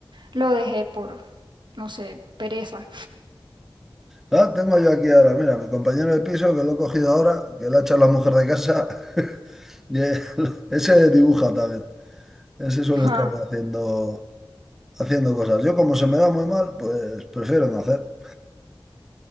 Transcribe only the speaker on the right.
lo dejé por, no sé, pereza.
<laughs> Ajá.